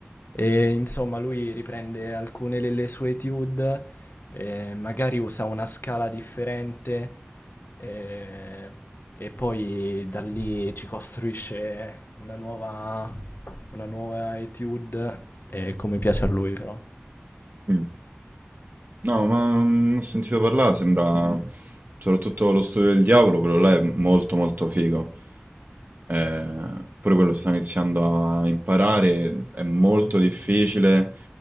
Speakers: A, on the left; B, on the right.
A: E insomma, lui riprende alcune delle sue étude, eh, magari usa una scala differente eh, e poi da lì ci costruisce una nuova, una nuova étude, eh, come piace a lui però.
B: mm. No, ma mm, ho sentito parlare, sembra soprattutto lo studio del diavolo, quello là è molto molto figo. Ehm, pure quello sto iniziando a imparare, è molto difficile,